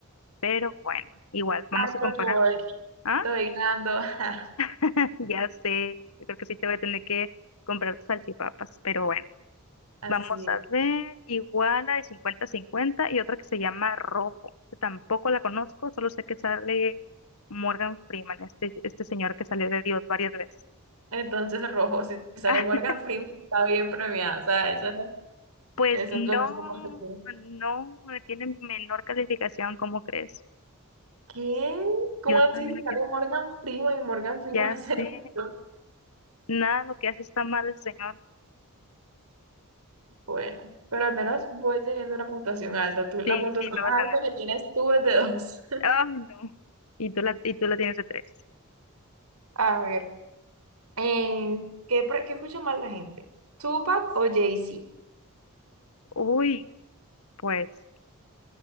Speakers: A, on the left; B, on the right.
A: Pero bueno, igual, vamos
B: ¡Ay,
A: a
B: qué
A: comparar.
B: boy
A: ¿Ah?
B: Estoy ganando. <laughs>
A: <laughs> Ya sé, yo creo que sí te voy a tener que comprar salchipapas, pero bueno,
B: Así.
A: vamos a ver, igual la de 50 cincuenta y otra que se llama Rojo, que tampoco la conozco, solo sé que sale Morgan Freeman, este, este señor que salió de Dios varias veces.
B: Entonces, rojo. Si si sale
A: <laughs>
B: Morgan Freeman, está bien premiado. O sea, eso,
A: Pues
B: eso
A: no,
B: lo tengo por seguro.
A: no, tiene menor calificación, ¿cómo crees?
B: ¿Qué? ¿Cómo
A: Yo
B: así
A: también
B: Si
A: me
B: sale
A: quedo,
B: Morgan Freeman y Morgan Freeman
A: ya
B: <laughs> hace
A: sé,
B: lo mismo?
A: nada, lo que hace está mal el señor.
B: Bueno, pero al menos voy teniendo una puntuación alta. Tú- la
A: Sí,
B: puntuación
A: sí, me vas
B: más
A: ganando.
B: alta que tienes tú es de dos. <laughs>
A: Ay, no. Y tú la, y tú la tienes de tres.
B: A ver, ¿en qué, pre- qué escucha más la gente? ¿Tupac o Jay-Z?
A: Uy. Pues,